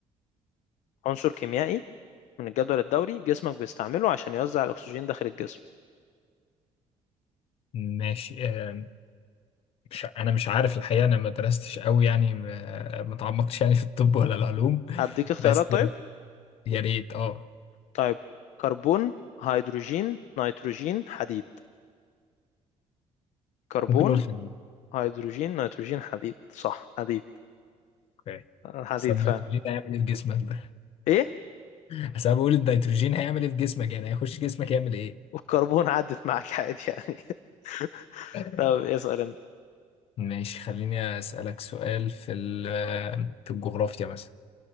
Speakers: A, on the left; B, on the left.
A: عنصر كيميائي من الجدول الدوري جسمك بيستعمله عشان يوزع الاكسجين داخل الجسم
B: ماشي آه، مش انا مش عارف الحقيقه انا ما درستش قوي يعني ما ما تعمقتش يعني في الطب ولا العلوم
A: هديك اختيارات
B: بس
A: طيب
B: يا ريت اه
A: طيب كربون هيدروجين نيتروجين حديد كربون
B: ممكن نقول حديد
A: هيدروجين نيتروجين حديد صح حديد
B: اوكي
A: حديد
B: بس النيتروجين
A: فعلا
B: هيعمل ايه في جسمك ده
A: ايه
B: <laughs> بس انا بقول النيتروجين هيعمل ايه في جسمك يعني هيخش جسمك يعمل ايه
A: والكربون عدت معاك عادي يعني <laughs>
B: <laughs>
A: طب اسأل انت
B: ماشي خليني اسالك سؤال في ال- في الجغرافيا مثلا